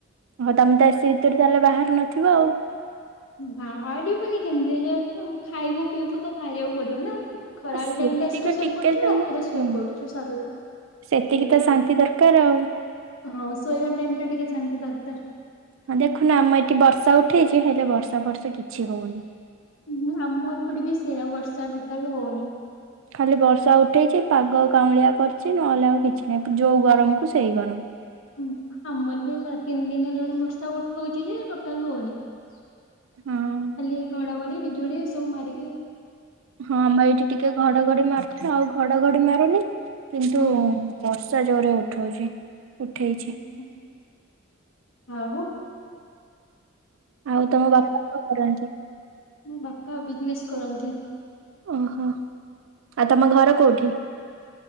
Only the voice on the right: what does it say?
ହଁ ତମେ ତ ଏସି ଭିତରେ ତାହେଲେ ବାହାରୁ ନଥିବ ଆଉ।
ଆ
ସେତିକି
ଟିକେ
ତମେ
ହୁଁ
ସେତିକି
ତ ଶାନ୍ତି
ଦରକାର ଆଉ।
ହଁ ଦେଖୁନ ଆମ ଏଠି ବର୍ଷା ଉଠେଇଛି ହେଲେ ବର୍ଷା ଫର୍ଷା କିଛି ହଉନି।
ଖାଲି ବର୍ଷା ଉଠେଇଛି ପାଗ କାଉଁଳିଆ କରିଛି ନହେଲେ ଆଉ କିଛି ନାହିଁ ଯୋଉ ଗରମକୁୁ ସେଇ ଗରମ।
ହଁ
ହଁ ଆମ ଏଇଠି ଟିକେ ଘଡଘଡି ମାରୁଥିଲା ଆଉ ଘଡଘଡି ମାରୁନି। କିନ୍ତୁ
ବ ଜୋରେ ଉଠଉଚି। ଉଠେଇଛି।
ଆଉ ତମ ବାପା କଣ କରନ୍ତି।
ଓହୋ ଆଉ ତମ ଘର କୋଉଠି।